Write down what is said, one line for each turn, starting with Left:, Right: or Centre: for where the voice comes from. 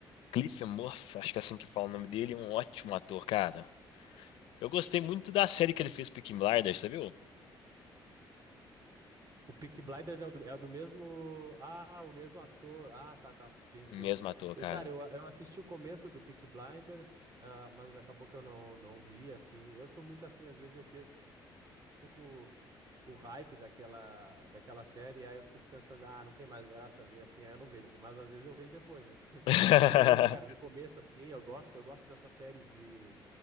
Left: Cliff Murphy, acho que é assim que fala o nome dele, é um ótimo ator, cara. Eu gostei muito da série que ele fez, Peaky Blinders, você viu?
Right: O Peaky Blinders é o do, é o do mesmo. Ah, o mesmo ator. Ah, tá, tá. Sim, sim.
Left: O mesmo ator,
Right: Eu,
Left: cara.
Right: cara, eu, eu assisti o começo do Peaky Blinders, ah, mas acabou que eu não, não vi, assim. Eu sou muito assim, às vezes eu perco o hype daquela, daquela série, aí eu fico pensando, ah, não tem mais graça ver, assim, aí eu não vejo. Mas às vezes eu vejo depois, né? <laughs>
Left: <laughs>
Right: Mas eu não vi, cara, vi o começo, assim, eu gosto, eu gosto dessas séries de.